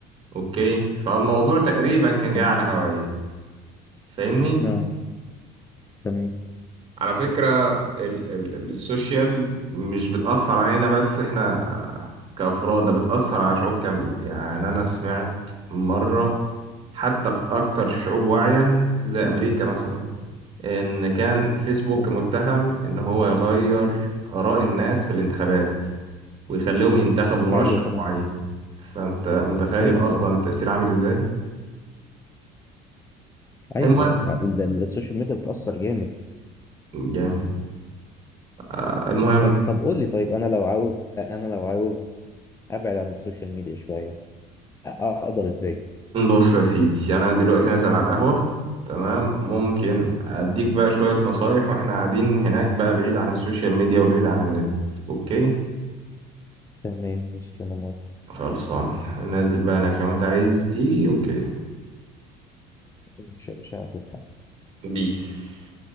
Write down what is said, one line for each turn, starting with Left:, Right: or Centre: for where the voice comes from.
Right: اوكي فالموضوع تقريبا كان جاي
Left: تمام
Right: على هواي فاهمني
Left: اه تمام
Right: على فكرة ال ال ال- السوشيال مش بتأثر علينا بس احنا كأفراد ده بتأثر على شعوب كاملة يعني أنا سمعت مرة حتى في أكتر الشعوب وعيا زي أمريكا مثلا إن كان فيسبوك
Left: مم.
Right: متهم إن هو يغير آراء الناس في الانتخابات ويخليهم ينتخبوا مرشح
Left: ايوه طبعا
Right: معين فأنت متخيل
Left: ايوه
Right: أصلا
Left: طبعا
Right: التأثير عامل إزاي؟
Left: ايوه
Right: المهم
Left: ايوه ال- ال- السوشيال ميديا بتأثر جامد
Right: جامد آه، المهم
Left: طب طب قول لي طيب انا لو عاوز انا لو عاوز ابعد عن السوشيال ميديا شوية أ- اقدر ازاي
Right: بص يا سيدي انا دلوقتي نازل على القهوة تمام ممكن اديك بقى شوية نصايح واحنا قاعدين هناك بقى بعيد عن السوشيال ميديا وبعيد عن النت اوكي
Left: تمام ماشي أنا موافق
Right: خلصان نازل بقى هناك لو انت عايز تيجي اوكي
Left: مش مش هقابلك
Right: بيس